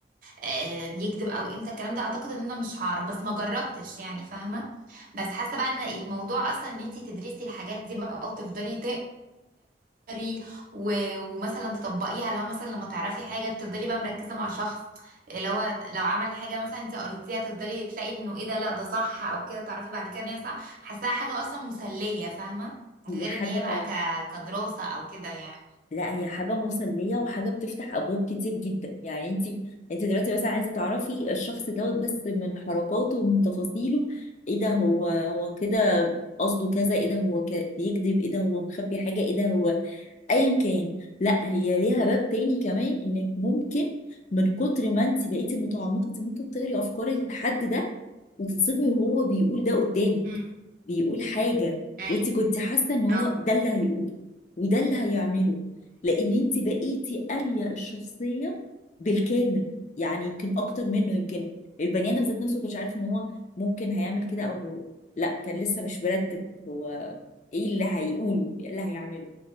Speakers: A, on the right (about 50°); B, on the left (about 40°).
A: آه، بيكذب او امتى الكلام ده اعتقد ان انا مش هعرف بس ما جربتش يعني فاهمه بس حاسه بقى ان الموضوع اصلا ان انت تدرسي الحاجات دي بقى وتفضلي تقري و- ومثلا تطبقيها لو مثلا لما تعرفي حاجه تفضلي بقى مركزه مع شخص لو لو عمل حاجه مثلا انت قريتيها تفضلي تلاقي انه ايه ده لا ده صح او كده تعرفي بعد كده ان هي صح حاساها حاجه اصلا مسليه فاهمه
B: هي
A: غير
B: حاجة
A: ان هي بقى ك... كدراسه او كده يعني
B: لا هي حاجة مسلية وحاجة بتفتح أبواب كتير جدا يعني انت انت دلوقتي مثلا عايزة تعرفي الشخص دوت بس من حركاته ومن تفاصيله ايه ده هو هو كده قصده كذا ايه ده هو ك... بيكذب ايه ده هو مخبي حاجة ايه ده هو ايا كان لا هي ليها باب تاني كمان انك ممكن من كتر ما انت بقيتي متعمقه انت ممكن تقري افكار الحد ده وتتصدمي وهو بيقول ده قدامك
A: امم
B: بيقول حاجه
A: اي
B: وانت كنت حاسه ان هو
A: اه
B: ده اللي هيقوله وده اللي هيعمله لان انت بقيتي قاريه الشخصيه بالكامل يعني يمكن اكتر منه يمكن البني ادم ذات نفسه ما كانش عارف ان هو ممكن هيعمل كده او لا كان لسه مش مرتب هو ايه اللي هيقوله ايه اللي هيعمله